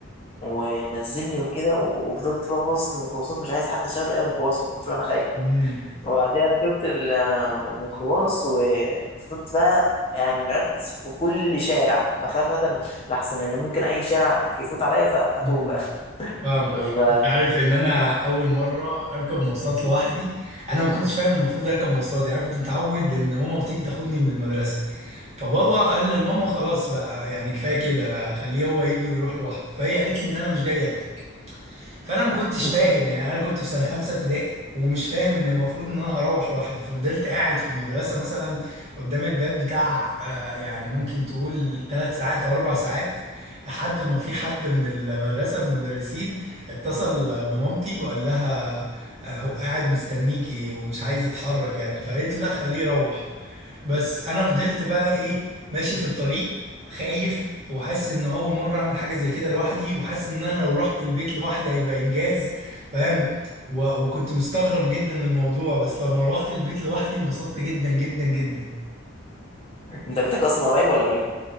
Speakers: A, on the left (about 25°); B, on the right (about 30°).
A: ونزلني وكده و- وفضلت بقى باصص للميكروباصات مش عايز حتى اشاور اي ميكروباص من كتر ما انا خايف
B: مم.
A: وبعديها ركبت ال- آه، الميكروباص وفضلت بقى يعني مركز في كل شارع مخافة لحسن ان ممكن اي شارع يفوت عليا فاتوه
B: مم.
A: بقى ف...
B: فاهمك انت عارف ان انا اول مره اركب مواصلات لوحدي انا ما كنتش فاهم المفروض اركب مواصلات يعني كنت متعود ان ماما بتيجي تاخدني من المدرسه فبابا قال للماما خلاص بقى يعني كفايه كده خليه هو يجي ويروح لوحده فهي قالت لي ان انا مش جاي اخده فانا ما كنتش
A: <laughs>
B: فاهم يعني انا كنت في سنه خمسه ابتدائي ومش فاهم ان المفروض ان انا هروح لوحدي ففضلت قاعد في المدرسه مثلا قدام الباب بتاع آه، يعني ممكن تقول ثلاث ساعات او اربع ساعات لحد ما في حد من المدرسه من المدرسين اتصل بمامتي وقال لها آه، هو قاعد مستنيكي ومش عايز يتحرك يعني فقالت له لا خليه يروح بس انا فضلت بقى ايه ماشي في الطريق خايف وحاسس انه اول مره اعمل حاجه زي كده لوحدي وحاسس ان انا لو رحت البيت لوحدي هيبقى انجاز فاهم و... وكنت مستغرب جدا من الموضوع بس لما روحت البيت لوحدي انبسطت جدا جدا جدا
A: انت بيتك اصلا قريب ولا بعيد؟